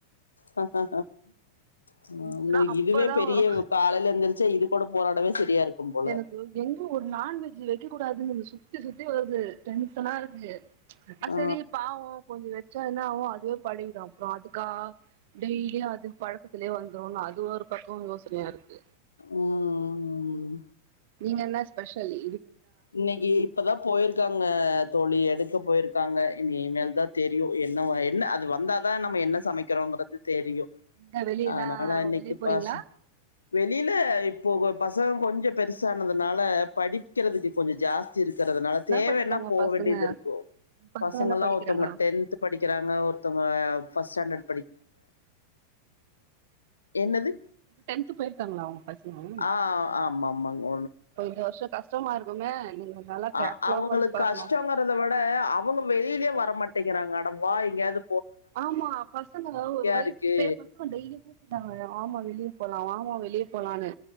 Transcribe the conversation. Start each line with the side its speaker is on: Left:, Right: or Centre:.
Left: நம்புலுக்
Right: டென்ஷனா அப்பதா
Left: இதுவே பெரிய
Right: வரு
Left: காலையில எந்திரிச்சா இருக் போடு போராடவே சரியா இருக்கும் போல
Right: எனக்கு எங்கு ஒரு நான்வெஜ் கக்க கூடாதுன்னு சுத்தி சுத்தி வருது டென்சனா இருக்கு அ
Left: ஆ
Right: செரி பாவோ கொஞ்சோ வெச்சா என்னா அஒ அதுவே பழக்கிட அப்புறம் அதுக்கா டெய்லியு அது பழக்கத்திலயேந்துருனு அது ஒரு பக்கம் யோசனையா இருக்கு
Left: உஹம் உம்
Right: நீங்க என்ன ஸ்பெஷலி
Left: இன்னிக்கி இப்பதா போயிருக் இருக்காங்க தோழி எடுக்க போயிருக்காங்க இனி மேல் தா தெரியு என்ன என்ன அது வந்தா இப்ப நம்ம என்ன சமைக்கிறோங்கிறது தெரியு
Right: எங்க வெளியல்லா
Left: அதனால இன்னிக்கு
Right: வெளிய போறீங்களா
Left: பாஸ் வெளியில இப்ப பசங்க கொஞ்சோ பெருசானதுனால படிக்கிறதுக்கு கொஞ்சோ ஜாஸ்தி இருக் இருக்கறதுனால
Right: என்ன
Left: தேவன்னா
Right: படிக்கிறாங்க
Left: போ
Right: பசங்க
Left: வேண்டிது இருக்கு
Right: பசங்க
Left: பசங்கல்லா
Right: என்ன படிக்கிறாங்க
Left: ஒருத்தவங்க டென்த் படிக்கிறாங்க ஒருத்தவங்க ஃபஸ்ட் ஸ்டாண்டட் என்னது
Right: டென்த்து போய்ருக்காங்களா உங்க பசங்க
Left: ஆ ஆமா ஆமாங்க
Right: அப்ப இந்த வருஷ கஷ்டமா இருக்குமே நீங்க நல்லா
Left: அஹ்
Right: கேர்ஃபுல்லா
Left: அவங்களுக்கு
Right: உக்காந்து பாக்கணும்
Left: கஷ்டங் வறத விட அவங்க வெளிலயே வர மாட் ட்டேகறாங்க அட வா எங்கயாது
Right: ஆமா பசங்க ஒ ஒரு வயசுக்கு
Left: இருக்கு
Right: இப்ப என் பசங்க டெய்லியு கூப்பிட்டாங்க ஆமா வெளிய போலா வா மா வெளிய போலான்னு